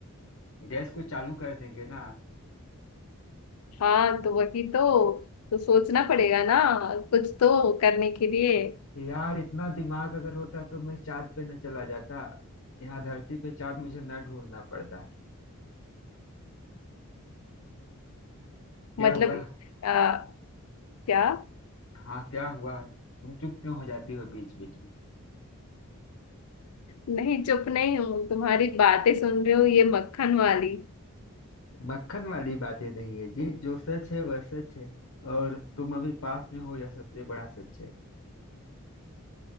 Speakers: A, on the left (about 60°); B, on the left (about 80°).
A: गैस को चालू कर देंगे ना
B: हाँ तो वही तो तो सोचना पड़ेगा ना कुछ तो करने के लिए
A: यार इतना दिमाग अगर होता तो मैं चांद पे न चला जाता यहाँ धरती पे चांद मुझे न ढूंढना पड़ता क्या
B: मतलब
A: हुआ
B: आ, क्या
A: हाँ क्या हुआ तुम चुप क्यों हो जाती हो बीच बीच में
B: नहीं चुप नहीं हूँ तुम्हारी बातें सुन रही हूँ ये मक्खन वाली
A: मक्खन वाली बातें नहीं है जी जो सच है वह सच है और तुम अभी पास में हो यह सबसे बड़ा सच है